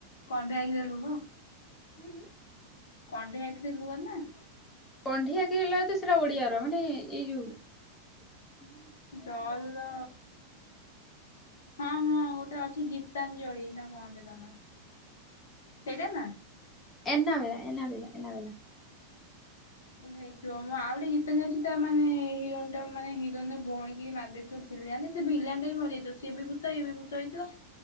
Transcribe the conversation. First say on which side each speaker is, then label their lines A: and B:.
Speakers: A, on the left; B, on the left.
A: କଣ୍ଢେଇ ଆଖିରେ ଲୁହ।
B: ହୁଁ ହୁଁ
A: କଣ୍ଢେଇ ଆଖିରେ ଲୁହ ନା?
B: କଣ୍ଢେଇ ଆଖିରେ ଲୁହ ତ ସେଟା ଓଡିଆର ମାନେ ଏଇ ଯୋଉ କୋଉ
A: ଡଲ ର
B: ଗୋଟେ
A: ହଁ ହଁ ଗୋଟେ ଅଛି ଗୀତାଞ୍ଜଳି ନା କଣ ଟେ ତା ନା, ସେଇଟା ନା?
B: ଏନ୍ ବେଲା ଏନା ବେଲା ଏନା ବେଲା।
A: ହେଇଥିବ ମୁଁ ଆଉ ଗୋଟେ ଗୀତ ଯ ଅଛି ତା ମାନେ ହିରୋଇନ୍ ଟା ମାନେ ହିରୋଇନର ଭଉଣୀକି ମାରିଦେଇଥବ କେଜାଣି ସେ ଭିଲିଆନ ଟା ବି ମରିଯାଇଥିବ ସିଏ ବି ଭୂତ ଇଏ ବି ଭୂତ ହେଇଥିବ।